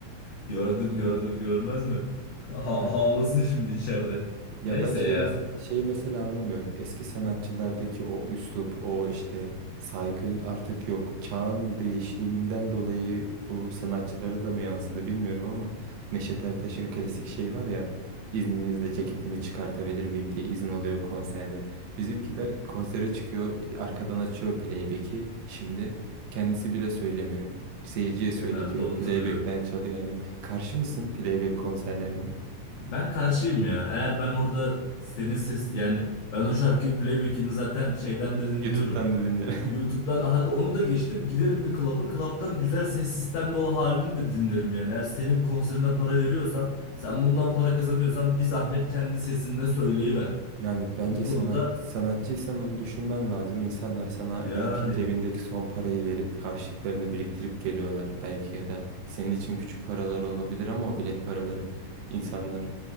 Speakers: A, on the left; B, on the right.
A: Gördüm gördüm görmez mi? Ha
B: Ya
A: havlasın şimdi içeride.
B: Ya
A: Neyse
B: ben şey
A: ya.
B: mes- şeyi mesela anlamıyorum. Eski sanatçılardaki o üslup, o işte saygı artık yok. Çağın değişiminden dolayı bu sanatçılara da mı yansıdı bilmiyorum ama Neşet Ertaş'ın klasik şey var ya izninizle ceketimi çıkartabilir miyim diye izin alıyor konserde. Bizimkiler konsere çıkıyor, arkadan açıyor playback'i. Şimdi kendisi bile söylemiyor. Seyirciye
A: Kenarda
B: söyletiyor.
A: oturuyor.
B: Playback'ten çalıyor aynen. Karşı mısın playback konserlerine?
A: Ben karşıyım ya. Eğer ben orada senin ses yani ben o şarkıyı playback'ini zaten şeyden de dinliyorum.
B: YouTube'dan da dinlerim.
A: YouTube'dan da hadi onu da geçtim. Giderim bir klaba. Klaptan güzel ses sistemli o halini de dinlerim yani. Eğer senin konserine para veriyorsam, sen bundan para kazanıyorsan bir zahmet kendi sesinle söyleyiver.
B: Yani bence
A: Bu konuda
B: sanat sanatçıysan onu düşünmen lazım. İnsanlar sana
A: yani
B: belki cebindeki son parayı verip harçlıklarını biriktirip geliyorlar. Belki ya da senin için küçük paralar olabilir ama o bilet paraları insanlar